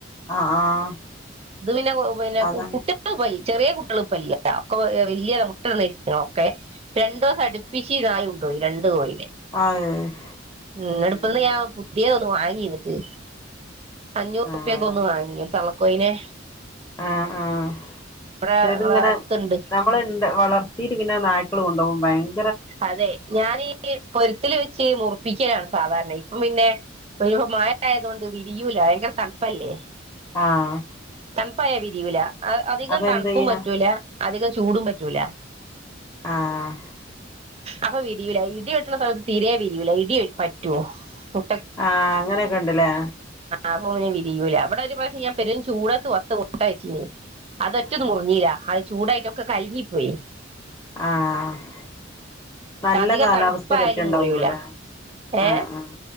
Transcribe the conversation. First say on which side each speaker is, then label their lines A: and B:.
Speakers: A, on the left; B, on the right.
A: ആഹ് ആഹ്
B: ന്നെ പിന്നെ
A: അതാണ്
B: <unintelligible> പോയി ചെറിയ കുട്ടികളപ്പല്ല ഒക്കെ വല്യ മുട്ടട്ണേറ്റളാ ഒക്കെ രണ്ടോസ അടുപ്പിച് നായു കോയി രണ്ട് കോയി
A: ആഹ്
B: ഉം
A: ഏഹ്
B: നടുപ്ന്ന് ഞാ പിയെതൊന്ന് വാങ്ങിന്ന്ട്ട്. അഞ്ഞൂറുപ്യക്
A: ആഹ്
B: ഒന്ന് വാങ്ങി ത കൊയിനെ
A: ആഹ് ആഹ്
B: ഞങ്ങളെ
A: ല്ലെത്ങ്ങനെ
B: അടുത്തുണ്ട്
A: നമ്മൾ ഇണ്ട് വളർത്തിട്ട് പിന്നെ നായ് തൊളു കൊണ്ടോഉം ഭയന്
B: അതെ ഞാനീ.. പൊരുത്തിൽ വെച്ച് മുറപ്പിക്കലാണ് സാധാരണ ഇപ്പം പിന്നെ ഒരു മഴ ആയതോണ്ട് വിരിയൂല ഭയങ്കര തണുപ്പല്ലേ
A: ആഹ്
B: തൻപ്പായ വിരിയൂല ആഹാ അധികം
A: അപ്പൊ
B: തണുപ്പും
A: എന്തെയ്യാ
B: പറ്റൂല. അധികം ചൂടും പറ്റൂല.
A: ആഹാ..
B: അപ്പോ വിരിയൂല ഇടിവെട്ടണ- സമയത്ത് തീരെ വിരിയൂല, ഇടി വെ പറ്റോ? ഉം...
A: ആഹ് അങ്ങനെക്കെണ്ട്ല്ലേ?
B: ആപോ മനെ വിരിയൂല ഇവിടെ ഒരു, പ്രാവശ്യം ഞാൻ പെരും ചൂടത്ത് കൊറച്ച് മുട്ട വച്ചീനി. അതൊറ്റൊന്നും
A: ആഹ്
B: മുറിഞ്ഞിലാ ആഹാ ചൂടായിറ്റൊക്കെ കലങ്ങി പോയി.
A: ആഹാ. നല്ല
B: അധികം
A: കാലാവസ്ഥെ
B: തണുപ്പായാലും
A: പറ്റണ്ടാവുള്ളുല്ലേ.
B: മുറിയൂല ഏ
A: ആഹ് ആഹ്